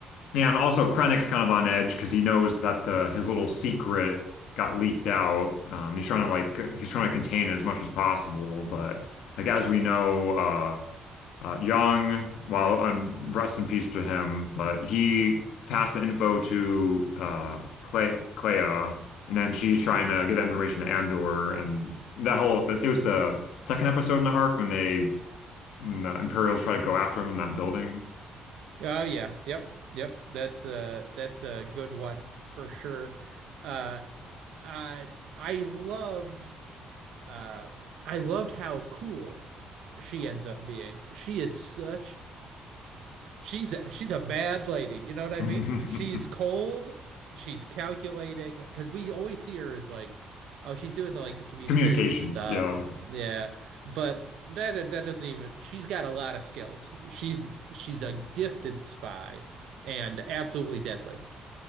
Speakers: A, on the left; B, on the right.
A: Yeah, and also Krennic's kind of on edge because he knows that the his little secret got leaked out. Um, he's trying to like he's trying to contain it as much as possible, but like as
B: Yeah.
A: we know, uh, uh, Young, well, um, rest in peace to him, but he passed the info to uh, Cle Clea, and then she's trying to get that information to Andor, and that whole it was the second episode in the arc when they when the Imperials try to go after him in that building.
B: Oh yeah. Yep. Yep. That's a that's a good one for sure. Uh uh I loved uh I loved how cool she ends up being. She is such She's a, she's a bad lady, you know what I
A: <laughs>
B: mean? She's cold, she's calculating, because we always see her as like, oh, she's doing the like the communication
A: Communications,
B: stuff.
A: yeah.
B: Yeah. But that that doesn't even she's got a lot of skills. She's she's a gifted spy and absolutely deadly.